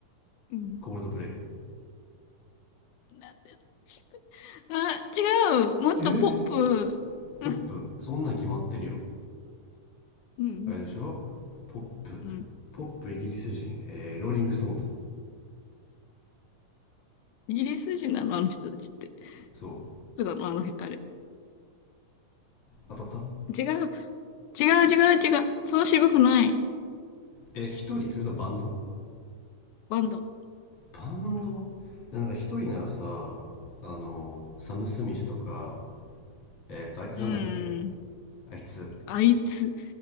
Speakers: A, on the left; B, on the left.
A: うん。
B: コールドプレイ
A: なんですちくあ、違う。もうちょっとポップ。
B: えポップそんなの決まってるよ
A: うん。うん。
B: あれでしょポップポップイギリス人、
A: うん
B: えーローリングストーンズ
A: イギリス人なの、あの人たちって。
B: そう
A: そうなの、あの、あれ。
B: 当たった
A: 違う。違う、違う、違う。そう渋くない。
B: え一人それともバンド
A: バンド。
B: バンドなんか一人ならさあのサム・スミスとかえっ、とあいつなんだっけ
A: うーん。
B: あいつ
A: あいつ。